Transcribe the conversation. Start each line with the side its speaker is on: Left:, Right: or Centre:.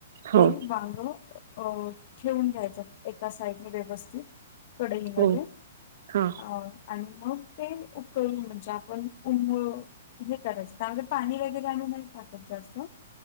Right: हो
Left: ते वांग, अ ठेवून घ्यायच एका साईड मधे व्यवस्थित. कडईमध्ये,
Right: हो हा
Left: अ आणि मग तेल उकळून म्हणजे आपण उम हे करायच तर पाणी वगैरे आम्ही नाही टाकत जास्त.